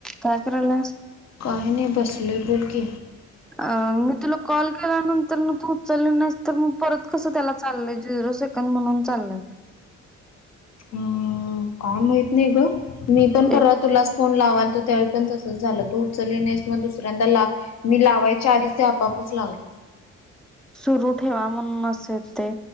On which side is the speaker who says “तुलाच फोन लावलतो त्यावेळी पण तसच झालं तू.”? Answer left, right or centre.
Left